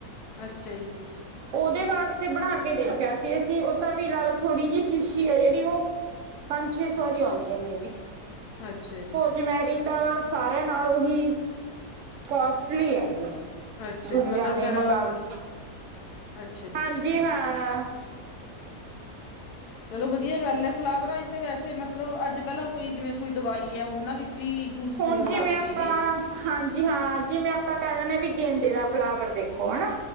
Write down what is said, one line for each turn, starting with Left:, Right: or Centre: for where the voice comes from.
Left: ਅੱਛਾ ਜੀ।
Right: ਉਹਦੇ ਵਾਸਤੇ ਬਣਾ ਕੇ ਦੇਖਿਆ ਸੀ ਅਸੀਂ, ਉਹ ਤਾਂ ਵੀ ਲ ਥੋੜੀ ਜਿਹੀ ਸ਼ੀਸ਼ੀ ਆ ਜਿਹੜੀ ਉਹ ਪੰਜ ਛੇ ਸੌ ਦੀ ਆਉਂਦੀ ਹੈ ਮੇ ਬੀ।
Left: ਅੱਛਿਆ ਜੀ।
Right: ਰੋਸਮੈਰੀ ਤਾਂ ਸਾਰਿਆਂ ਨਾਲੋਂ ਹੀ, ਕੋਸਟਲੀ ਹੈਂ।
Left: ਅੱਛਾ
Right: ਦੂਜੇਆਂ
Left: ਜੀ ਮਤਲਬ
Right: ਦੇ
Left: ਫੇਰ
Right: ਮੁਕਾਬਲੇ।
Left: ਅੱਛਾ ਜੀ
Right: ਹਾਂਜੀ,
Left: ਅੱਛਾ।
Right: ਹਾਂ।
Left: ਚਲੋ ਵਦੀਆ ਗੱਲ ਐ ਫਲਾਵਰਾਂ ਚ ਤੇ ਵੈਸੇ ਮਤਲਬ ਅੱਜ-ਕੱਲ ਕੋਈ ਜਿਵੇਂ ਕੋਈ ਦਵਾਈ ਐ ਓਨਾਂ ਵਿੱਚ ਵੀ। ਯੂਜ
Right: ਹੁਣ
Left: ਹੋਣ
Right: ਜਿਵੇਂ,
Left: ਲੱਗ
Right: ਆਪਾਂ
Left: ਗਏ ਇਹ
Right: ਹਾਂਜੀ ਹਾਂ ਜਿਵੇਂ ਆਪਾਂ ਕਹਿ ਦਿੰਨੇ ਵੀ ਗੇਂਦੇ ਦਾ ਫਲਾਵਰ ਦੇਖੋਂ, ਹਨਾ।